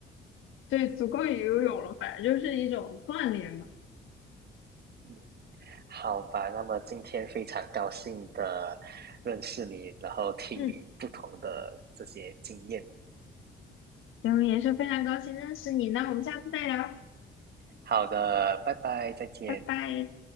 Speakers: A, on the left; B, on the right.
A: <laughs> 对，足够于游泳了，反正就是一种锻炼嘛。
B: <laughs> 嗯，好吧，那么今天非常高兴的认识你，然后听你不同的这些经验。
A: 嗯，行，也是非常高兴认识你，那我们下次再聊，
B: 好的，拜拜，再见。
A: 拜拜。